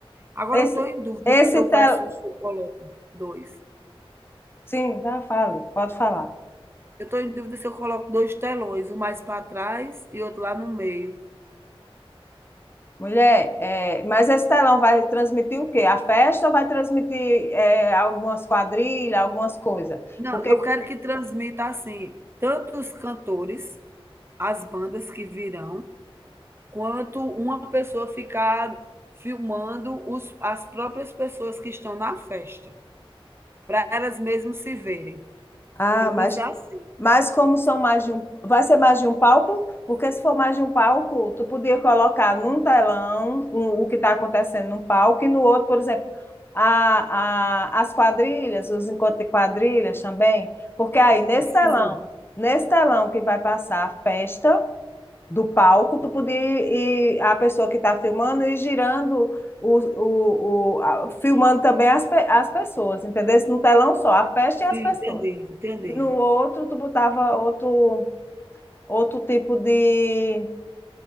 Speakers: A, on the right; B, on the left.
A: Agora,
B: Esse,
A: eu estou em dúvida
B: esse
A: se eu
B: telão.
A: peço, se eu coloco dois.
B: Sim, já fale, pode falar.
A: Eu estou em dúvida se eu coloco 2 telões, um mais para trás e outro lá no meio.
B: Mulher, é, mas esse telão vai transmitir o quê? A festa ou vai transmitir é, algumas quadrilhas, algumas coisas?
A: Não,
B: Porque.
A: eu quero que transmita assim, tanto os cantores, as bandas que virão, quanto uma pessoa ficar filmando os, as próprias pessoas que estão na festa, para elas mesmas se verem.
B: Ah,
A: Eu
B: mas
A: pensei assim.
B: Mas como são mais de um, vai ser mais de um palco? Porque se for mais de um palco, tu podia colocar num telão um- o que está acontecendo num palco e no outro, por exemplo, a- a- as quadrilhas, os encontros de quadrilhas também, porque aí nesse telão,
A: Sim.
B: nesse telão que vai passar a festa do palco, tu podia ir, a pessoa que está filmando e girando o, o, o- a- filmando também as, as pessoas, entendeu? No telão só, a festa
A: Sim,
B: e as pessoas.
A: entendi, entendi.
B: E no outro, tu botava outro, outro tipo de.